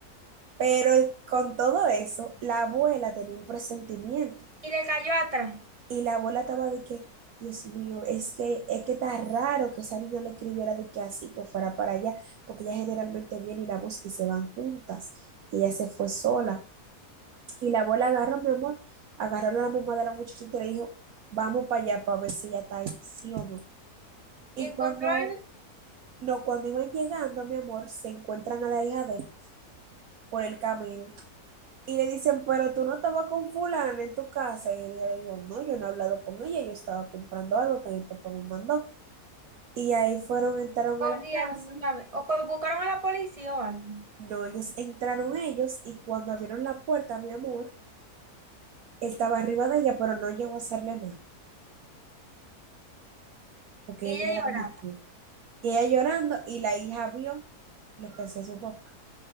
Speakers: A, on the right; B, on the right.
A: Pero con todo eso, la abuela tenía un presentimiento
B: Y le cayó atrás.
A: Y la abuela estaba de que, Dios mío, es que, es que está raro que esa niña le escribiera de que así, que fuera para allá, porque ella generalmente viene y la busca y se van juntas. Y ella se fue sola. Y la abuela agarró, mi amor, agarró a la mamá de la muchachita y le dijo, vamos para allá para ver si ella está ahí, sí o no. Y
B: Y encontró
A: cuando,
B: al...
A: no, cuando iban llegando, mi amor, se encuentran a la hija de él por el camino. Y le dicen, pero tú no estabas con fulana en tu casa. Y ella le dijo, no, yo no he hablado con ella, yo estaba comprando algo que mi papá me mandó. Y ahí fueron, entraron
B: Corrieron
A: a la casa.
B: de una vez. O co- buscaron a la policía o algo.
A: No, ellos entraron ellos y cuando abrieron la puerta, mi amor, él estaba arriba de ella, pero no llegó a hacerle nada, porque
B: Y
A: ella
B: ella
A: era
B: lloraba.
A: muy débil. Y ella llorando y la hija vio lo que hacía su papá.